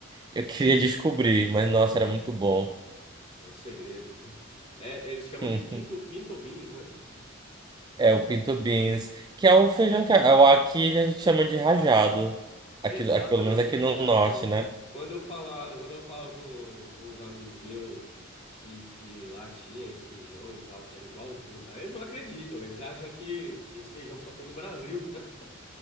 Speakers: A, on the right; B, on the left.
A: eu <laughs> queria descobrir, mas nossa, era muito bom.
B: é o segredo. <laughs> É, eles chamam
A: <laughs>
B: de pinto, pinto beans, né?
A: É o pinto beans, que é o feijão que é o- aqui a gente chama de
B: Exato.
A: rajado. Aqui,
B: Exatamente,
A: aqui- pelo menos aqui no
B: exatamente.
A: norte, né? <laughs>
B: Quando eu falar, quando eu falo com, com uns amigos meus que, que lá tinha esse feijão e tal, que era igualzinho, tá? Eles não acreditam, eles acham que esse feijão só tem no Brasil. <laughs>